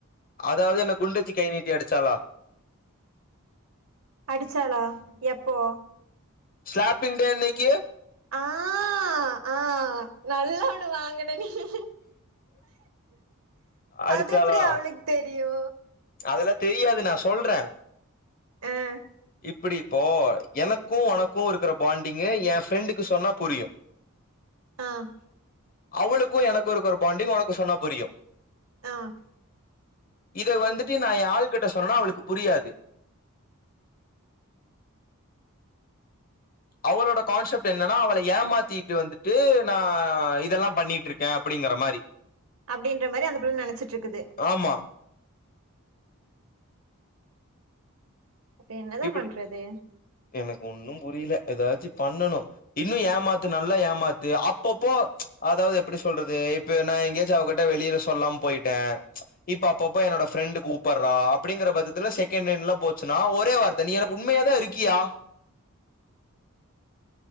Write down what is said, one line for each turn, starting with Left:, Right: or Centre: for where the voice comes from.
Left: அதாவது என்ன குண்டச்சி கை நீட்டி அடிச்சாளா
Right: அடிச்சாளா எப்போ
Left: ஸ்லாப்பிங் டே அன்னக்கி
Right: ஆ அஹ் ஹா நல்லா ஒண்ணு வாங்கன நீயி
Left: அடிச்சாளா
Right: அதெப்டி அவளுக் தெரியு
Left: அதெல்லா தெரியாது நா சொல்ற
Right: ஆஹ்
Left: இப்டி இப்போ எனக்கு உனக்கு இருக்கிற பாண்டிங்கு எ ஃப்ரண்டுக்கு சொன்னா புரியு
Right: ஆஹ்
Left: அவளுக்கு எனக்கு இருக்குற பாண்டிங் ஒனக்கு சொன்னா புரியு
Right: ஆஹ்
Left: இத வந்துட் ட்டு நா எ ஆள் கிட்ட சொன்னனா அவளுக்கு புரியாது அவளோட கான்செப்ட் என்னன்னா அவள ஏமாத்திட்டு வந்துட்டு நா இதெல்லா பண்ணிட்ருக்கே அப்படிங்கற மாரி
Right: அப்படின்ற மாரி அந்த புள்ளை நெனைச்சிட்டு இருக்குது
Left: ஆமா
Right: அப்ப என்னதா
Left: இப்பிடி
Right: பண்றது
Left: எனக்கு ஒன்னும் புரில ஏதாச்சி பண்ணணு இன்னு ஏமாத்து நல்லா ஏமாத்து அப்பப்போ அதாவது எப்புடி சொல்றது இப்ப நா எங்கேயாச்சு அவகிட்ட வெளியில சொல்லாம போயிட்டே இப்ப அப்பப்போ என்னோட ஃப்ரெண்டு கூப்படறா அப்புடிங்கற பத்தத்துல செகண்ட் லைன்லா போச்சுன்னா ஒரே வார் த்த நீ எனக்கு உண்மையா தா இருக்கியா